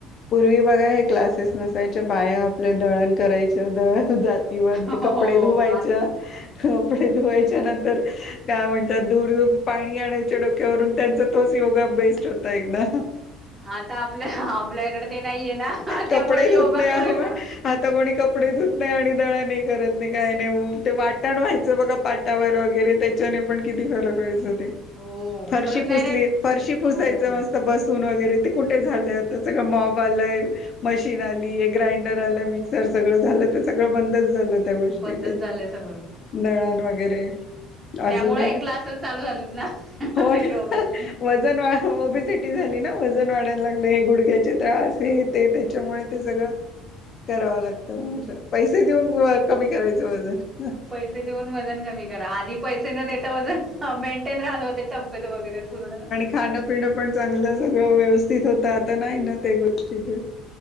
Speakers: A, on the left (about 40°); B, on the right (about 15°).
A: पूर्वी बघा हे क्लासेस नसायच्या, बाया आपल्या दळण करायच दळण जात. इव्हन
B: हो,
A: कपडे
B: हो.
A: धुवायचं
B: आता
A: कपडे, धुवायच्या नंतर त्या म्हणतात दूर पाणी आणायच्या, डोक्यावरून त्यांचा तोच योगा बेस्ट होता एकदा.
B: आता आपल्या आपल्या इकडे ते नाहीये ना, त्यामुळे
A: कपडे धुत
B: योगा
A: नाही
B: करायला.
A: हवं आता कोणी कपडे धुत नाही आणि दळण नाही करत नाही, काय नाही ते वाटण व्हायचं बघा पाटावर वगैरे. <unintelligible>
B: हो
A: फरशी
B: खरंच
A: पुसली
B: नाही नाही
A: पुसायचं
B: हो
A: मस्त बस सून वगैरे ते कुठे झालं आता, सगळं मॉब आलाय. मशीन आली ग्राइंडर आलं, मिक्सर सगळं झालं तर सगळं बंदच झालं. त्या गोष्टी
B: बंदच
A: ते
B: झालंय सगळं
A: दळण वगैरे. अजूनही
B: त्यामुळे हे क्लासेस चालू झालेत ना
A: हो
B: योगाचे
A: वजन वा ओबीसी टी झाली ना वजन वाढायला लागले, हे गुडघ्याचे त्रास हे ते त्याच्यामुळे ते सगळं करावं लागतं म असं, पैसे देऊन वं कमी करायचं वजन.
B: पैसे देऊन वजन कमी करा, आधी पैसे न देता वजन मेंटेन राहत होते तब्येत वगैरे पूर्ण.
A: खाणपिणं पण चांगलं सगळं व्यवस्थित होत आता नाही ना ते गोष्टी ते.